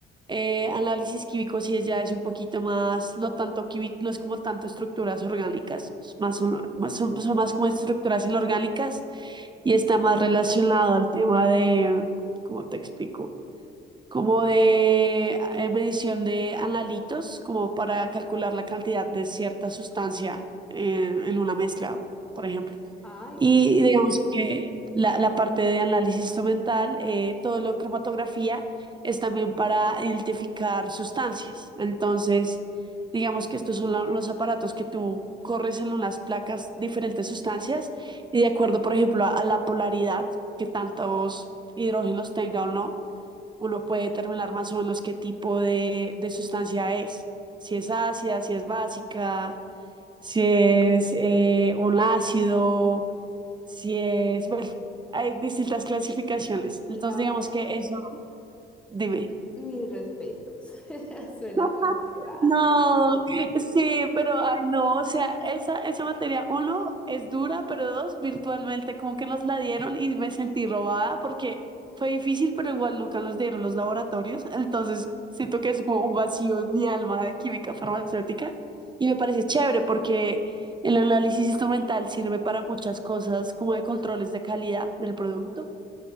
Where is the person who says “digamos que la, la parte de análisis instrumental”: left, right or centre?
Right